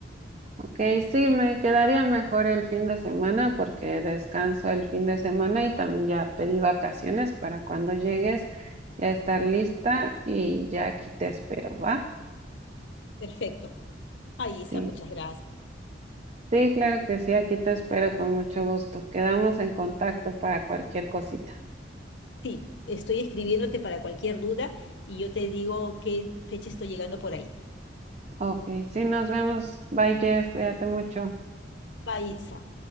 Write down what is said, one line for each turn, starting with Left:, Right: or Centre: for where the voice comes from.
Right: Ok, sí, me quedaría mejor el fin de semana porque descanso el fin de semana y también ya pedí vacaciones para cuando llegues ya estar lista y ya aquí te espero, ¿va?
Left: Perfecto. Ay, Isa,
Right: Sí.
Left: muchas gracias.
Right: Sí, claro que sí, aquí te espero con mucho gusto. Quedamos en contacto para cualquier cosita.
Left: Sí, estoy escribiéndote para cualquier duda y yo te digo qué fecha estoy llegando por ahí.
Right: Ok, sí, nos vemos. Bye, Jess, cuídate mucho.
Left: Va, Isa.